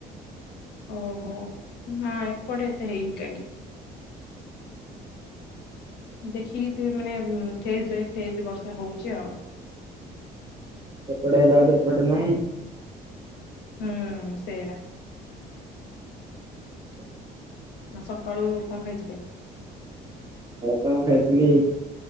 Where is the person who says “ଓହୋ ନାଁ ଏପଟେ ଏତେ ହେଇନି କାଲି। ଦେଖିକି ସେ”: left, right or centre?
Left